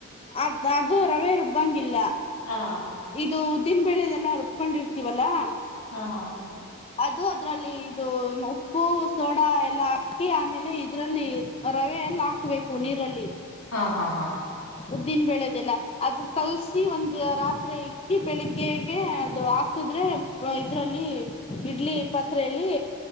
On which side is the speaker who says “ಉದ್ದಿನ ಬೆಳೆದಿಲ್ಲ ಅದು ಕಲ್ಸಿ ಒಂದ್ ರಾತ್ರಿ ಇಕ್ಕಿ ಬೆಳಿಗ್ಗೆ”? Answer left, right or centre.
Left